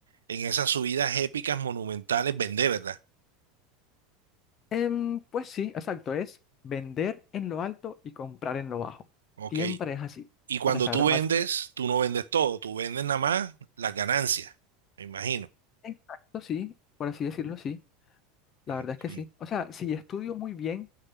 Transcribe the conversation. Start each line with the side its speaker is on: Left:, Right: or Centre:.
Right: en esas subidas épicas monumentales vender, ¿verdad?
Left: Em, pues sí, exacto, es vender en lo alto y comprar en lo bajo.
Right: Ok.
Left: Siempre es así,
Right: Y cuando
Left: para saber
Right: tú vendes,
Left: más.
Right: tú no vendes todo, tú vendes nada más las ganancias, me imagino.
Left: Exacto, sí, por así decirlo, sí, la
Right: Ok,
Left: verdad es que sí. O sea, si estudio muy bien,